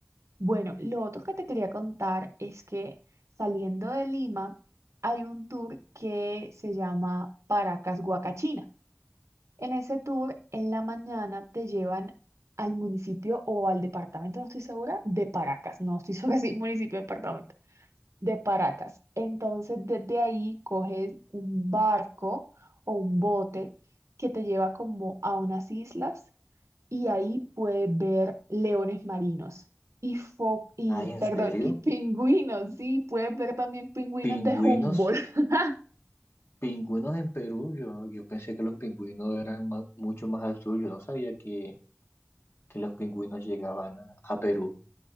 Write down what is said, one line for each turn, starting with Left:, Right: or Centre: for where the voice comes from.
Right: Bueno, lo otro que te quería contar es que saliendo de Lima hay un tour que se llama Paracas Huacachina. En ese tour, en la mañana te llevan al municipio o al departamento, no estoy segura, de Paracas. No estoy <laughs> segura si municipio o departamento, de Paracas. Entonces, desde ahí coges un barco o un bote que te lleva como a unas islas y ahí puede ver leones marinos y fo- y
Left: Ay, ¿en
Right: perdón,
Left: serio?
Right: <laughs> y pingüinos, sí, puedes ver también pingüinos
Left: Pingüinos.
Right: de Humboldt. <laughs>
Left: Pingüinos en Perú, yo, yo pensé que los pingüinos eran ma- mucho más al sur, yo no sabía que, que los pingüinos llegaban a, a Perú.